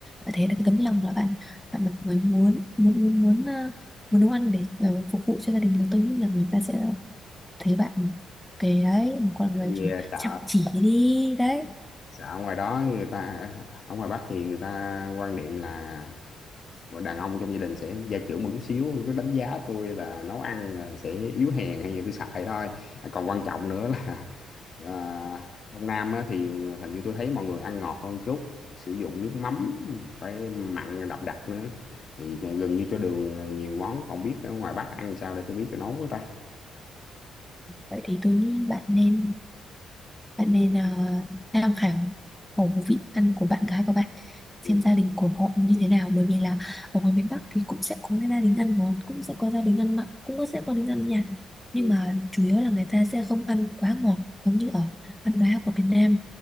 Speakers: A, in the centre; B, on the left (about 50°).
A: bạn thể hiện được cái tấm lòng là bạn bạn là người muốn muốn muốn muốn ờ, muốn nấu ăn để ờ, phục vụ cho gia đình là tôi nghĩ là người ta sẽ thấy bạn cái đấy một con
B: Tại
A: người
B: vì
A: kiểu
B: à, sợ
A: chăm chỉ đi đấy
B: sợ ở ngoài đó người ta ở ngoài Bắc thì người ta quan niệm là Còn đàn ông trong gia đình sẽ gia trưởng một chút xíu cứ đánh giá tôi là nấu ăn là sẽ yếu hèn hay gì tôi xài thôi À, còn quan trọng nữa là, là trong Nam á, thì hình như tôi thấy mọi người ăn ngọt hơn chút sử dụng nước mắm phải mặn đậm đặc nữa thì gần như cho đường nhiều món còn biết ở ngoài Bắc ăn sao để tôi biết tôi nấu với ta
A: vậy thì tôi nghĩ bạn nên Bạn nên ờ, tham khảo khẩu vị ăn của bạn gái của bạn xem
B: ừ
A: gia đình của họ như thế nào bởi vì là ở ngoài miền Bắc thì cũng sẽ có cái gia đình ăn ngon cũng sẽ có gia đình ăn mặn cũng có- sẽ có gia đình ăn nhạt nhưng
B: ừ
A: mà chủ yếu là người ta sẽ không ăn quá ngọt giống như ở ăn bá của Việt Nam